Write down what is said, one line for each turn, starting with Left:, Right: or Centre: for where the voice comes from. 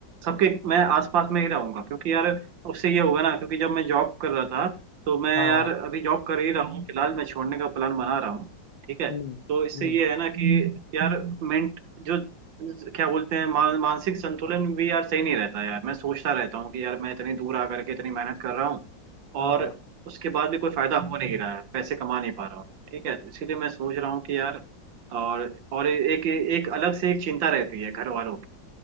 Right: सबके मैं आसपास में ही रहूंगा क्योंकि यार उससे ये होगा ना क्योंकि जब मैं जॉब कर रहा था तो मैं
Left: हाँ
Right: यार अभी जॉब कर ही रहा हूँ फिलहाल मैं छोड़ने का प्लान बना रहा हूँ ठीक है
Left: हम्म
Right: तो इससे
Left: हम्म
Right: ये है ना कि यार मेंट जो क्या बोलते हैं मा, मानसिक संतुलन भी यार सही नहीं रहता यार मैं सोचता रहता हूँ कि यार मैं इतनी दूर आ करके इतनी मेहनत कर रहा हूँ
Left: हाँ
Right: और उसके बाद भी कोई फायदा हो नहीं रहा है पैसे कमा नहीं पा रहा हूँ ठीक है तो इसीलिए मैं सोच रहा हूँ कि यार और और एक एक अलग से एक चिंता रहती है घर वालों